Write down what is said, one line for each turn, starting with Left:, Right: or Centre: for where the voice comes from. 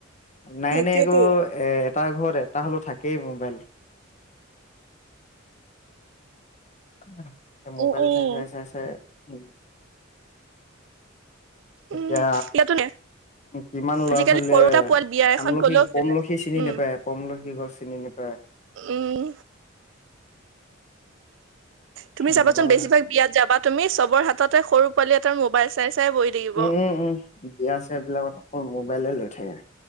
Left: নাই
Right: সেইটোয়েতো
Left: নাই কৰি অ' এটা ঘৰত এটা হ'লে থাকেই মোবাইল। <inaudible> এ মোবাইল
Right: উম উম
Left: চাইছে চাইছে উ এতিয়া
Right: উম ইয়াতো নে
Left: কিমান ল'ৰা
Right: আজিকালি
Left: ছোৱালীয়ে
Right: সৰুটা পোৱালি বিয়া এখন
Left: আমলখি,
Right: গ'লেও খেলে।
Left: পমলখি চিনি
Right: উম,
Left: নেপায়, পমলখি কি গছ। চিনি নোপায়
Right: উম। তুমি
Left: সেনেকুৱা
Right: চাবা চোন বেছিভাগ বিয়াত যাবা তুমি চবৰ হাততে সৰু পোৱালি এটাৰ মোবাইল চাই চাই বহি থাকিব।
Left: উম উম, বিয়া ছিয়া বিলাকত অকল মোবাইলে লৈ থাকে।